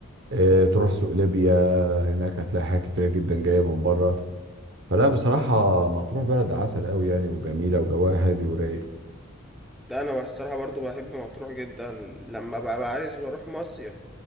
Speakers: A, on the right; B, in the centre.
A: آه، تروح سوق ليبيا هناك هتلاقي حاجات كتيرة جدا جاية من بره فلا بصراحة مطروح بلد عسل قوي يعني وجميلة وجواها هادي ورايق
B: ده انا الصراحة برضو بحب مطروح جدا لما بقى بقى عايز بروح مصيف